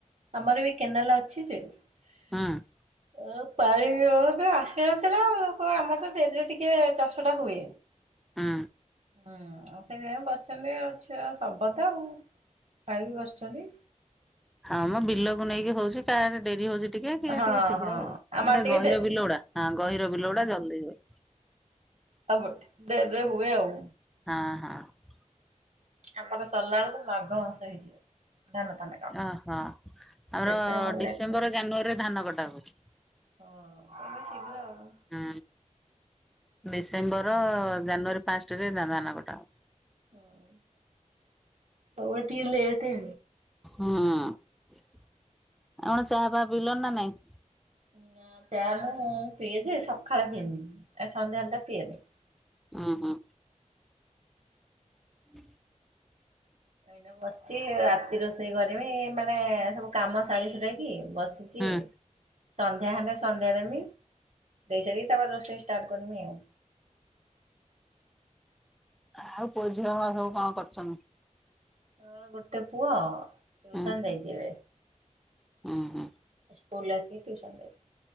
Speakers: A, on the right; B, in the centre.
A: ଆମର ବି କେନାଲ ଅଛି ଯେ ଅ
B: ହୁଁ
A: ପାଣି <unintelligible> ଆସିବା ଆମର ତ ଡେରିରେ ଟିକେ ଚାଷ ଟା ହୁଏ
B: ହୁଁ।
A: ହୁଁ ସେ ଯାଇ ବସ୍ଚନ୍ତି ଅଛି ହବ ତ ଆଉ ଖାଇକି ବସ୍ଚନ୍ତି।
B: ହଁ ମ ବିଲକୁ ନେଇକି ହଉଚି କାଆଡେ ଡେରି ହଉଚୀ ଟିକେ ଟିକେ
A: ହଁ
B: ଶୀଘ୍ର
A: ହଁ
B: ଆଉ
A: ଆମର
B: ଗୋଟେ
A: ଟିକେ
B: ଗହିର
A: ଡେ
B: ବିଲଗୁଡା ହଁ ଗହିର ବିଲଗୁଡା ଜଲ୍ଦି ହୁଏ।
A: ଆଉ ଗୋଟେ ଡ଼େର୍ରେ ହୁଏ ଆଉ।
B: ହଁ ହଁ।
A: ଆମର ସର୍ଲାବେଳ କୁ ତ ମାଘ ମାସ ହେଇଯିବ। <unintelligible>
B: ଅହ ଆମର
A: ସେଥିପାଇଁ ଆମର
B: ଡିସେମ୍ବର
A: ଲେଟରେ
B: ଜାନୁଆରୀରେ ଧାନ କଟା ହୁଏ।
A: ହଁ ତମେ ଶୀଘ୍ର ଆଉ।
B: ହୁଁ ଡିସେମ୍ବର ଜାନୁଆରୀ ଫାଷ୍ଟ୍ରେ ଧାନ କଟା ହବ।
A: ହୁଁ ତମର୍ ଟିକେ ଲେଟେ।
B: ହୁଁ ଆଉ କଣ ଚାହା ପା ପିଲଣି ନା ନାଇଁ।
A: ନା ଚ଼ା ମୁଁ ପିଏ ଯେ ସକାଳେ ପିଇମି ଆଉ ସନ୍ଧ୍ୟାବେଳେ ତା ପିଏନି।
B: ଉଁହଁ। <inaudible>
A: ଏଇନା ବସ୍ଚି ରାତି ରୋଷେଇ କରିମି ମାନେ ସବୁ କାମ ସାରି ସୁରାକି ବସି ଚି
B: ହୁଁ
A: ସନ୍ଧ୍ୟା ହେଲେ ସନ୍ଧ୍ୟା ଦେମି ଦେଇ ସାରିକି ତା ପରେ ରୋଷେଇ ଷ୍ଟାଟ୍ କର୍ମି ଆଉ
B: ଆଉ ପୁଅ ଝିଅ ମାନେ ସବୁ କଣ କରୁଚନ୍ତି।
A: ମୋର ଗୋଟେ ପୁଅ ଟୁଇସନ୍
B: ହୁଁ
A: ଯାଇଚି ଏବେ।
B: ହୁଁ
A: ସ୍କୁଲ୍
B: ହୁଁ
A: ରୁ ଆସିକି ଟିୟୁସନ ଯାଇଚି।